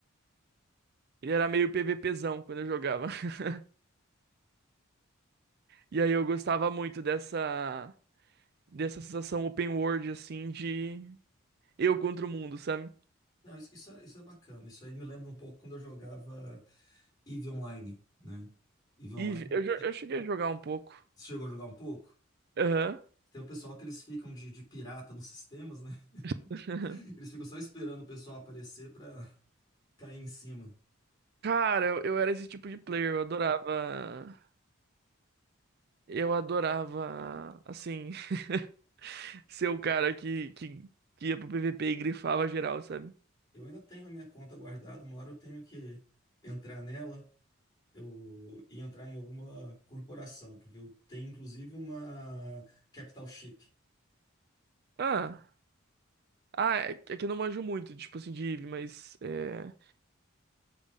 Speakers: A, on the right; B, on the left.
A: Ele era meio PVPzão quando eu jogava. <laughs> E aí eu gostava muito dessa dessa sensação open world assim de eu contra o mundo, sabe?
B: Não, isso, isso é, isso é bacana. Isso aí me lembra um pouco quando eu jogava EVE Online, né? EVE Online,
A: E eu, jo- eu cheguei a jogar um pouco.
B: você chegou a jogar um pouco?
A: Aham.
B: Tem o pessoal que eles ficam de, de pirata nos sistemas, né?
A: <laughs>
B: <laughs> Eles ficam só esperando o pessoal aparecer para cair em cima.
A: Cara, eu, eu era esse tipo de player, eu adorava. Eu adorava, assim, <laughs> ser o cara que, que, que ia pro PVP e grifava geral, sabe?
B: Eu ainda tenho a minha conta guardada, uma hora eu tenho que entrar nela. Eu e entrar em alguma corporação, porque eu tenho inclusive uma Capital Ship,
A: Ah, ah, é, que é que eu não manjo muito, tipo assim, de Eve, mas. É...